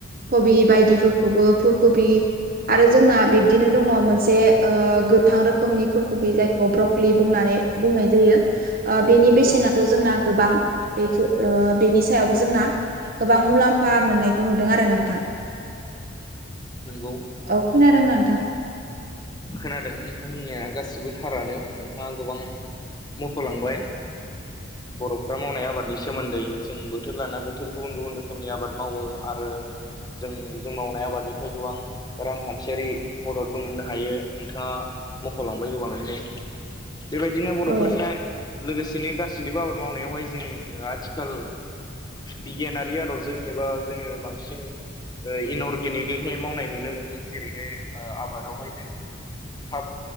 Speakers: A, on the right (about 45°); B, on the left (about 20°).
A: कबि बायदिफोरखौबो फुल कबि आरो जोंना बे बिदिनो दङ मोनसे गोथां रोखोमनि फुलकबि जायखौ ब्रकलि बुंनानै बुंनाय जायो। ओ बेनि बेसेनाथ'
B: औ
A: जोंना गोबां बेखौ बेनि सायावबो जोंना गोबां मुलाम्फा मोननायखौ नुदों आरो नोंथां।
B: <unintelligible> नंगौ
A: औ खोनादों ना?
B: खोनादों नोंथां बुंनाया गासिबो थारानो नोंथाङा गोबां मख'लांबाय बर'फ्रा मावनाय आबादनि सोमोन्दै जों बोथोर लाना बोथोर गुबुन गुबुन रोखोमनि आबाद मावो आरो जों जों मावनाय आबादनि गोबां रांखान्थियारि मददबो मोननो हायो, नोंथाङा मख'लांबाय गोबाङैनो, बेबायदिनो बर'फोरनिया
A: औ
B: लोगोसेनो गासैनिबो आबाद मावनायावहाय जों आथिखाल बिगियानारि आदबजों एबा जोङो बांसिन इन अर्गेनिक मावनाय नुनो मोनो, जेरैहाय आबादावहाय जों थाब